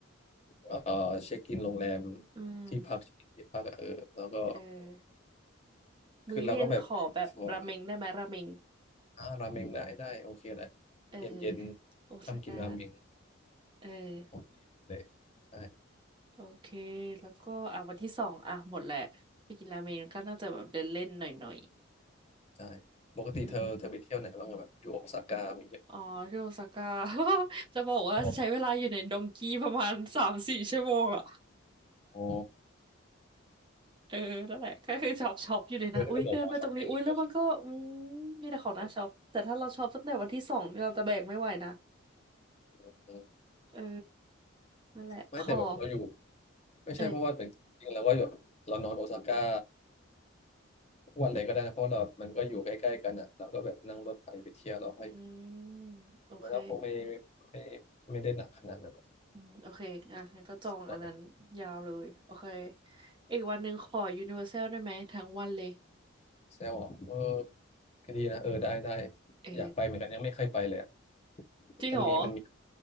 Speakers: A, on the left (about 30°); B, on the right (about 25°).
A: เออเช็คอินโรงแรม
B: อืม
A: ที่พักเช็คอินที่พักอะเออแล้วก็
B: เออ
A: คือเราก็แบบชัวร์เออ
B: มื้อเย็นขอแบบราเมงได้ไหมราเมง
A: อ่าราเมงได้ได้โอเคแหละ
B: เออ
A: เย็นเย็น
B: โอซาก้า
A: ค่ำกินราเมง
B: เออ
A: โอเคเลยใช่
B: โอเคแล้วก็อ่ะวันที่สองอ่ะหมดแหละไปกินราเมงก็น่าจะแบบเดินเล่นหน่อย
A: ใช่
B: ๆอืม
A: ปกติเธอเธอไปเที่ยวไหนบ้างอะแบบอยู่โอซาก้ามีเที่ยอะ
B: อ๋อ <laughs> ที่โอซาก้า <laughs> จะบอกว่าใช้เวลาอยู่ในดงกี้ประมาณสามสี่ชั่วโมงอ่ะ
A: ชอบไหมอ๋อ
B: เออนั่นแหละก็คือช็อปช็อปอยู่ในนั้นอุ้ยเดินไปตรงนี้อุ้ยแล้วมันก็อืม
A: เธอนเลหนอช้อปปิ้งที่เราชิ
B: มีแต่ของน่าช็อปแต่ถ้าเราช็อปตั้งแต่วันที่สองเราจะแบกไม่ไหวนะ
A: ม
B: เออนั่นแหละขอ
A: ไม่แต่แบบเราอยู่ไม่ใช่เพราะว่าแต่จริงๆเราก็แบบเรานอนโอซาก้า
B: เอ้ย
A: ทุกวันเลยก็ได้นะเพราะเรามันก็อยู่ใกล้ๆกันอ่ะเราก็แบบนั่งรถไฟไปเที่ยวเราให้
B: อืมโอเค
A: มันแล้วคงไม่ไม่ไม่ได้หนักขนาดนั้นอะ
B: อืมโอเคอ่ะงั้นก็จองอันนั้นยาวเลยโอเค
A: ตอนนั้น
B: อีกวันหนึ่งขอ Universal ได้ไหมทั้งวันเลย
A: แซวอ่ะเออก็ดีนะเออได้ได้
B: เออ
A: อยากไปเหมือนกันยังไม่เคยไปเลยอะ
B: จริงเหรอ
A: มันมีมันมี